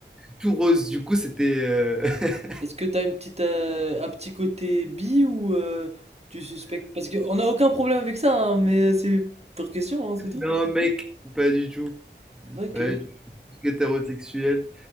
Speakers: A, in the centre; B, on the right.
A: Tout rose. Du coup, c'était... euh, <laughs>
B: est-ce que t'as une petite, euh, un petit côté bi ou euh, tu suspectes? Parce qu'on n'a aucun problème avec ça, hein, mais euh, c'est pour question, hein, c'est tout.
A: Non, mec, pas du tout.
B: Ok.
A: Ouais, du tout. ce qui est hétérosexuel.